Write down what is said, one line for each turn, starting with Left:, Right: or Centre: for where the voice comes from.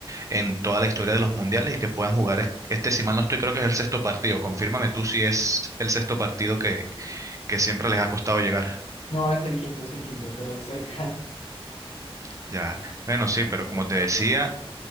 Right: en toda la historia de los mundiales y que puedan jugar es- este, si mal no estoy, creo que es el sexto partido. Confírmame tú si es el sexto partido que, que siempre les ha costado llegar.
Left: No, es el quinto, es el quinto, pero es cerca.
Right: Ya, bueno, sí, pero como te decía,